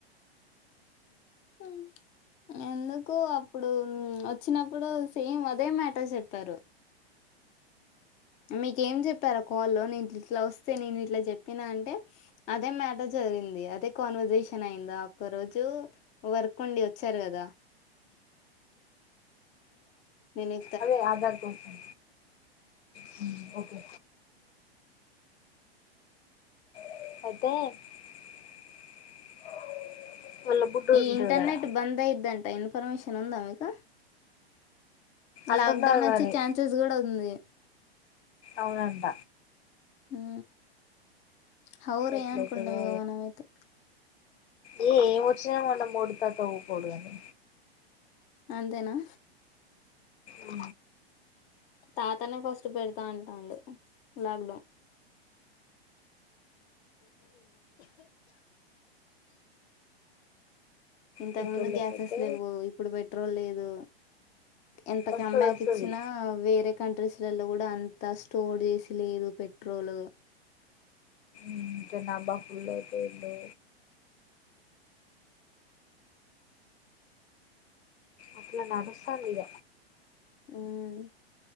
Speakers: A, on the left; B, on the left.
A: హు ఎందుకు అప్పుడు వచ్చినప్పుడు సేమ్ అది అదే మ్యాటర్ చెప్పారు. మీకు ఏం చెప్ప పెరకాల్లో ఇట్లా వస్తే నేను ఇట్లా చెప్పినా అంటే, అదే మ్యాటర్ జరిగింది. అదే కాన్వర్జేషన్ అయిందా. ఒక్క రోజు వర్క్ ఉండి వచ్చారు కదా. విను
B: అదే ఆధార్ కోసం హు ఓకే అయితే వాళ్ళ బుడ్డోడు
A: ఈ
B: ఉంటాడు
A: ఇంటర్నెట్
B: కదా
A: బందయిదంట ఇన్ఫర్మేషన్ ఉందా మీకు
B: అంటున్నారు
A: లాక్ డౌన్ వచ్చే
B: మరి
A: ఛాన్సెస్ కూడా ఉంది.
B: అవునంట.
A: ఊ హౌరే
B: ఎట్లయితదో
A: అనుకుంటా ఇగా మనమైతే
B: ఏ ఏం వచ్చిన మన బుడత అయితే ఊకోడుగని
A: అంతేనా
B: ఊ
A: తాతనే ఫస్ట్ పెడతా అంటాండు లాక్ డౌన్ ఇంతకు
B: పెట్రోల్
A: ముందు
B: లేకపోతే
A: గ్యాసెస్ లేవు. ఇప్పుడు పెట్రోల్ లేదు. ఎంత
B: వస్తది
A: కమ్బ్యాక్
B: వస్తది
A: ఇచ్చినా వేరే కంట్రీస్ లలో కూడా అంత స్టోరేస్ లేదు. పెట్రోల్
B: ఉమ్ మా బాప్ గులైపోయిండే అట్ల నడుస్తంది ఇగ
A: ఉమ్,